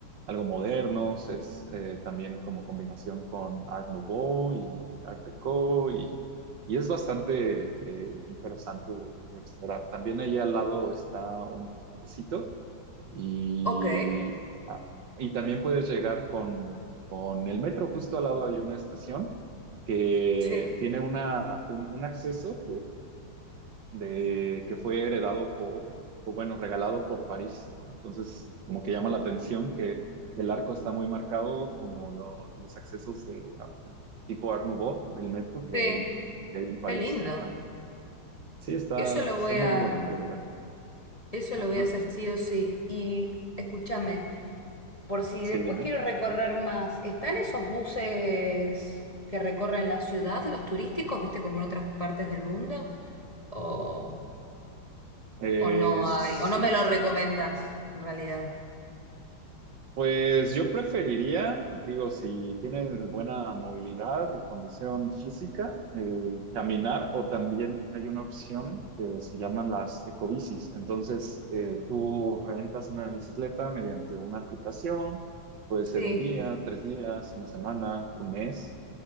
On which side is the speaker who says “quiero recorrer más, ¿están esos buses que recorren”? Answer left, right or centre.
Left